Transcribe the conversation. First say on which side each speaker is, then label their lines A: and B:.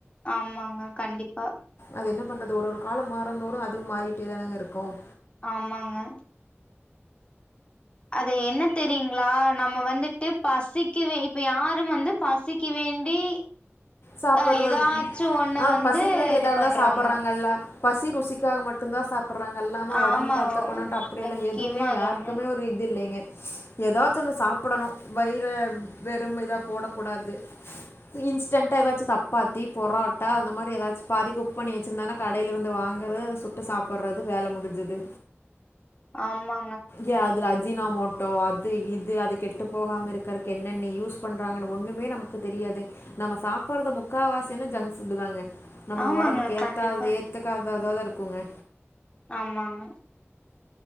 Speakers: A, on the left; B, on the left.
A: ஆமாங்க கண்டிப்பா
B: அது என்ன பண்றது ஒரு ஒரு காலம் மாறந்தோரு அதுவும் மாறிட்டே தானங்க இருக்கும்
A: ஆமாங்க அது என்ன தெரியுங்களா நம்ம வந்துட்டு பசிக்து இப்ப யாரும் வந்து பசிக்கு வேண்டி
B: சாப்படுறது
A: அ ஏதாச்சு ஒண்ண
B: ஆ
A: வந்து
B: பசிக்க வேண்டி எல்லாரரும்
A: இது பண்றாங்க
B: தான் சாப்படுறாங்கல்ல பசி ருசிக்காக மட்டுந்தா சாப் சாப்புறாங்க இல்லாம ஒடம்ப
A: ஆமாங்க
B: பாத்துக்கணுட்டு
A: ஒ
B: அப்டி யெல்லா
A: முக்கியமா
B: எதுவுமே
A: அதாங்க
B: யாருக்குமே ஒரு இது இல்லங்க ஏதாச்சு ஒன்னு சாப்புடணு வயிர வெறும் வயிர போடக்கூடாது இன்ஸ்டன்ட் முட்ட ஏதாச்சு சப்பாத்தி புரோட்டா அந்த மாரி ஏதாச்சு பாதி குக் பண்ணி வச்சுருந்தன்னா கடேல இருந்து வாங்கறது அதை சுட்டு சாப்புடுறது வேலை முடிஞ்சது
A: ஆம்மா
B: யாது அ அஜினாமோட்டோ அது இது அது கெட்டு போகாம இருக்கறக்கு என்னென்ன யூஸ் பண்ணுறாங்கன்னு ஒன்னுமே நமக்கு தெரியாது நம்ம சாப்றது முக்காவாசி என்னா ஜங்க் ஃபுட்டு தாங்க நம்ம
A: ஆமாங்க
B: ஒடம்புக்கு ஏத்தாது
A: கண்டிப்பா
B: ஏத்துக்காது அத தான் இருக்குங்க
A: ஆமாங்க